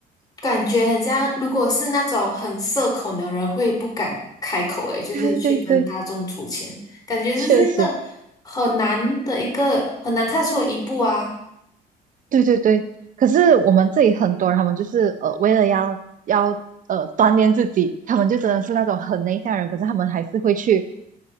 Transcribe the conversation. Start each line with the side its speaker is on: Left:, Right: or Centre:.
Left: 感觉很像，如果是那种很社恐的人，会不敢开口，诶，就是去跟大众筹钱，
Right: 对对对，
Left: 感觉这是一个很难的一个很难踏出的一步啊。
Right: 确实，对对对。可是我们这里很多人，他们就是呃，为了要要呃锻炼自己，他们就真的是那种很内向的人，可是他们还是会去。